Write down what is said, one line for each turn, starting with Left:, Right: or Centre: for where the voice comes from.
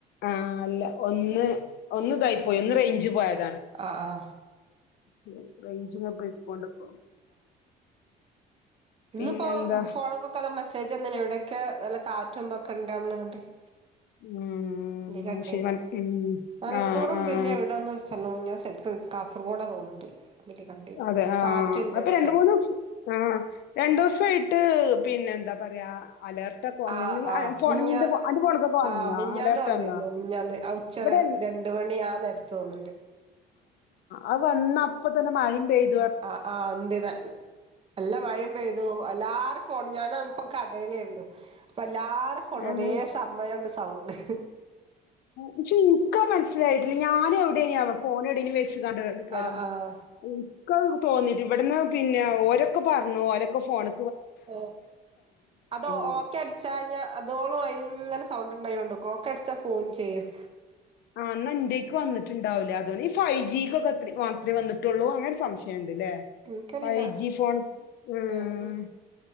Left: ആ അല്ല, ഒന്ന് ഒന്നിതായി പോയി. ഒന്ന് റേഞ്ച്‌ പോയതാ.
Right: ആ ഹ.
Left: <unintelligible>
Right: ഇന്നുപ്പോ
Left: പിന്നെന്താ
Right: <unintelligible> <unintelligible>
Left: ഉം
Right: നീ കണ്ടേണ്.
Left: അത് ശരി ഉം
Right: മൽപ്പുറം
Left: ആഹ് ആഹ്
Right: പിന്നെ എവിടെന്ന് സ്ഥലോണ് ഞാൻ സെറ്റ് കാസർഗോഡാ തോന്നുന്നുണ്ട്. ഇതില് കണ്ട്
Left: അതെ ആ
Right: കാറ്റുണ്ട്
Left: അപ്പ
Right: എന്നൊക്കെ
Left: രണ്ടു മൂന്നുസ് ആ രണ്ടൂസമായിട്ട് എന്താ പറയാ. അലേർട്ടൊക്കെ വന്നിന്
Right: ആ ആ
Left: ഫോണ്
Right: മിഞ്ഞാ
Left: നിന്റെ അന്റെ ഫോണ്ക്കൊക്കെ വന്നാ
Right: ആ മിഞ്ഞാന്ന്
Left: അലേർട്ട്
Right: വന്നിരുന്നു,
Left: വന്നാ
Right: മിഞ്ഞാന്ന് ആ ഉച്ചനേരത്ത്
Left: ഇവിടെ
Right: രണ്ടു മണി ആ നേരത്ത്.. തോന്നണ്ട്.
Left: ആ വന്ന അപ്പത്തന്നെ മഴയും പെയ്ത്.
Right: ആ ആ <unintelligible> നല്ല മഴയും പെയ്തു എല്ലാർ <unintelligible> അപ്പ കാടെലായിരുന്നു <unintelligible> എല്ലാവരുടെ ഫോണും
Left: ഏഹ്
Right: ഓരോ സമയങ്ങട് സൗണ്ട്
Left: പക്ഷെ എനിക്ക് അത് മനസിലായിട്ടില്ല ഞാനും അവിടെനി അ ഫോണ്
Right: ആഹ് ആഹ്
Left: <unintelligible> <unintelligible> തോന്നി ഇവിടന്ന് പിന്നെ ഓരക്കെ പറഞ്ഞു ഓരക്കെ ഫോണ്.
Right: ഓ അത്
Left: പറഞ്ഞു
Right: ഓക്കെ അടിച്ചഴിഞ്ഞാ. <unintelligible> ഇങ്ങനെ സൗണ്ട് ഉണ്ടായിക്കൊണ്ട് ഓക്കെ അടിച്ചാ ഫോൺ ചെയ്യും.
Left: അന്നാന്റെക്ക് വന്നിട്ടിണ്ടാവുല്ല അതുകൊണ്ട് ഈ ഫൈവ് ജിക്കൊക്കെ അത്ര മാത്രേ വന്നിട്ടുള്ളു, അങ്ങനെ ഒരു സംശയ ല്ലെ
Right: ഇൻക്കറിയില്ല
Left: ഫൈവ് ജി ഫോൺ ഉം
Right: ഏഹ്